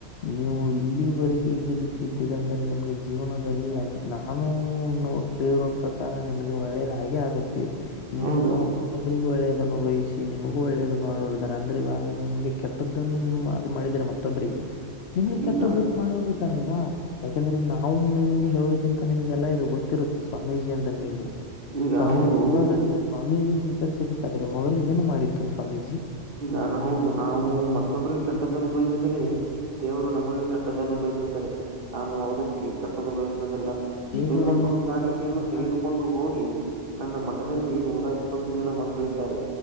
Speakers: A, on the left; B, on the right.
A: ನೀವು ಇಲ್ಲಿವರೆಗೆ ಈ ರೀತಿ ಇದ್ದೀರಿ ಅಂದರೆ ನಿಮಗೆ ಜೀವನದಲ್ಲಿ ಅ ನಾನೂ ಕೇಳುವ ಪ್ರಕಾರ ನಿಮಗೆ ಒಳ್ಳೆಯದ ಹಾಗೆ ಆಗುತ್ತೆ ನೀವು
B: ಹೌದು
A: ಸಹ ಮತ್ತೊಬ್ಬರಿಗೆ ಒಳ್ಳೆಯದನ್ನು ವಹಿಸಿ ಮಗೂ ಒಳ್ಳೆಯದು ನೋಡಾರೆ ಅಂದ್ರೆ ಇವಾಗ ನಿಮಗೆ ಕೆಟ್ಟದ್ದನ್ನು ನೀವು ಮಾಡಿದ್ರರೆ ಮತ್ತೊಬ್ಬರಿಗೆ ನಿಮ್ಗೆ ಕೆಟ್ಟೊಬ್ಬರು
B: ಈಗ
A: ಮಾಡೋರು ಇದ್ದಾರಲ್ವಾ ಯಾಕೆಂದ್ರೆ ನಾವು ನಿಮ್ಗೆ ಹೇಳಕ್ಕಿಂತ ನಿಮ್ಗೆಲ್ಲ ಇದು ಗೊತ್ತ ರುತ್ತೆ ಸ್ವಾಮೀಜಿ ಅಂದನ್ ಮೇಲೆ
B: ಈಗ
A: ಸ್ವಾಮೀಜ
B: ಹೌದು
A: ಇವಾಗ ನೀವು ಸ್ವಾಮೀಜಿ ಕರಿಸದಕ್ಕಾದ್ರೆ ಮೊದಲು ಏನು ಮಾಡಿದ್ದು ಸಮಯ
B: ಈಗಾ ಹೌದು ನಾವು ಮತ್ತ ಮತ್ತೊಬ್ಬರಿಗೆ ಕೆಟ್ಟದ್ದನ್ನುನು ಬಯಸಿದ್ರೆ ದೇವರು ನಮಗೆ ಕೆಟ್ಟದನ್ನು ಬಯಸುತ್ತದೆ ನಾನು ಯಾವುದಕ್ಕೆ ಪ್ಪದು ಬಯಸುವುದಿಲ್ಲ
A: ದೇವರನ್ನು
B: ನಿಮ್ಮ ಕುರುಕಾಣಿಕೆಯನ್ನು
A: ನೀವು ನೋಡಿದ್ದೀರಾ
B: ತೆಗೆದುಕೊಂಡು ಹೋಗಿ ನನ್ನ ಮಠದಲ್ಲಿ ನೂರ ಇಪ್ಪತ್ತು ಜನ ಮಕ್ಕಳಿದ್ದಾರೆ